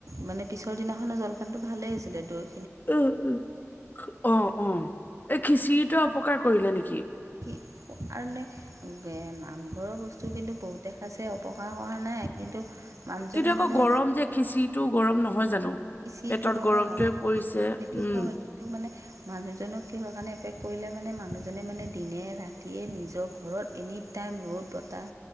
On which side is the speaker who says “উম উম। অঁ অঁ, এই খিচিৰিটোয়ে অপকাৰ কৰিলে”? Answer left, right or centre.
Left